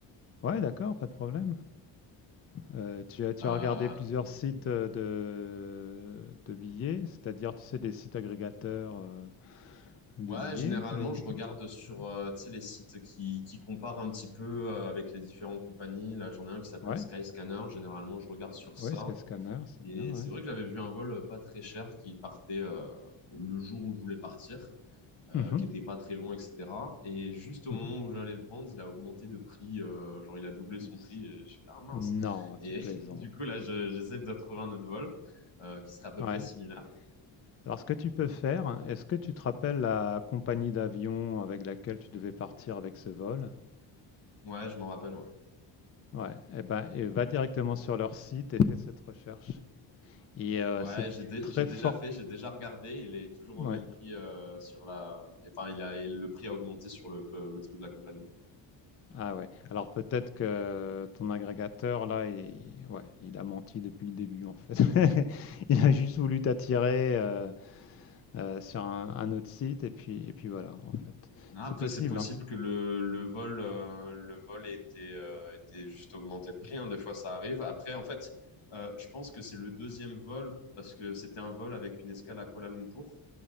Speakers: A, on the left; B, on the left.
A: Ouais, d'accord, pas de problème. Euh, tu as, tu
B: Euh,
A: as regardé plusieurs sites euh, de, de billets, c'est-à-dire, tu sais, des sites agrégateurs euh, de
B: Ouais,
A: billets
B: généralement,
A: que...
B: je regarde sur
A: Ouais,
B: euh, tu sais, les sites qui, qui comparent un petit peu euh, avec les différentes compagnies. Là, j'en ai un qui s'appelle
A: ouais,
B: Skyscanner. Généralement, je regarde sur ça.
A: ouais, Sky Scanner, c'est
B: Et
A: bien, ouais.
B: c'est vrai que j'avais vu un vol euh, pas très cher qui partait euh, le jour où je voulais partir, euh,
A: Mhm,
B: qui était pas très long, etc. Et juste au
A: mhm.
B: moment où j'allais le prendre, il a augmenté de prix. euh, genre, il a doublé son
A: Yes.
B: prix. Et je fais, ah mince.
A: Non,
B: Et,
A: tu plaisantes.
B: <laughs> et du coup, là, je- j'essaie de trouver un autre vol euh, qui serait à peu
A: Ouais.
B: près similaire.
A: Alors, ce que tu peux faire, hein, est-ce que tu te rappelles la compagnie d'avion avec laquelle tu devais partir avec ce vol?
B: Ouais, je m'en rappelle. ouais.
A: Ouais. Eh ben, et va directement sur leur site et fais cette recherche. Et euh,
B: Ouais,
A: c'est
B: j'ai dé-
A: très
B: j'ai déjà
A: fort
B: fait, j'ai déjà regardé. Il est toujours au
A: Ouais.
B: même prix euh, sur la. Enfin, il a le prix a augmenté sur le le truc de la compagnie.
A: Ah ouais. Alors peut-être que ton agrégateur là, il, ouais, il a menti depuis le début en fait. <laughs> Il a juste voulu t'attirer euh, euh, sur un, un autre site et puis et puis voilà en fait.
B: Non,
A: C'est
B: après,
A: possible,
B: c'est possible
A: hein.
B: que le le vol euh, le vol ait été euh, était juste augmenté de prix. Hein. Des fois, ça arrive. Après, en fait, euh, je pense que c'est le deuxième vol parce que c'était un vol avec une escale à Kuala Lumpur.